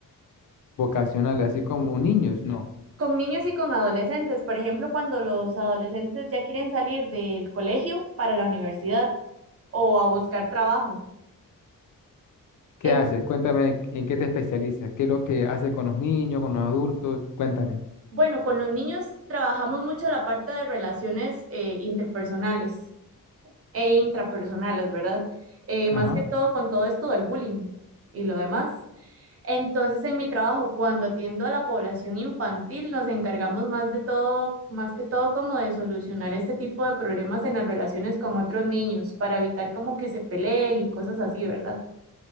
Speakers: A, on the left; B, on the right.
A: vocacionales, así como niños, no.
B: con niños y con adolescentes, por ejemplo, cuando los adolescentes ya quieren salir del colegio para la universidad o a buscar trabajo.
A: ¿Qué
B: En-
A: haces? Cuéntame en qué te especializas, qué es lo que haces con los niños, con los adultos, cuéntame.
B: bueno, con los niños trabajamos mucho la parte de relaciones eh, interpersonales. e intrapersonales, ¿verdad? Eh, más
A: Ajá.
B: que todo con todo esto del bullying y lo demás. Entonces, en mi trabajo, cuando atiendo a la población infantil, nos encargamos más de todo, más que todo como de solucionar este tipo de problemas en las relaciones con otros niños para evitar como que se peleen y cosas así, ¿verdad?